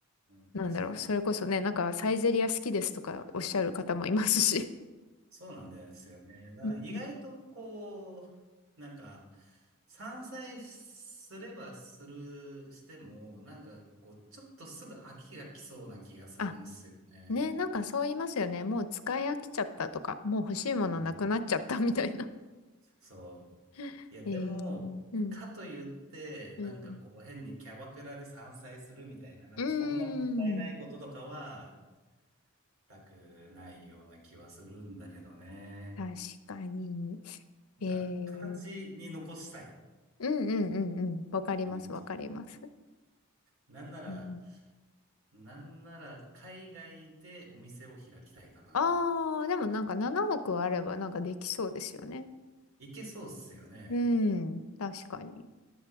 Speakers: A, on the right; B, on the left.
A: うん、
B: なんだろう、
A: 確かにね。
B: それこそね、なんかサイゼリア好きですとかおっしゃる方もいますし。
A: そうなんですよね。だから意外とこ
B: うん
A: う、なんか、散菜すればする、しても、なんかこう、ちょっとすぐ飽きが来そうな気がするんですよね。
B: あ、ね、なんかそう言いますよね。もう使い飽きちゃったとか、もう欲しいものなくなっちゃったみたいな。
A: うん。そう。
B: <laughs>
A: いや、でも、
B: えー、うん。
A: かといって、
B: うん。
A: なんかこう、変にキャバクラで散菜するみたいな、なんかそんなもったいないこととかは、
B: うーん。
A: したくないような気はするんだけどね。
B: 確かに。
A: なんか、
B: えー、
A: 形に残したい。
B: うんうんうんうん。わかります、
A: 何かしら。
B: わかります。
A: なんなら、
B: うん
A: なんなら海外でお店を開きたいかな。
B: ああー、でもなんか7億あればなんかできそうですよね。
A: いけそうっすよね。
B: うん、確かに。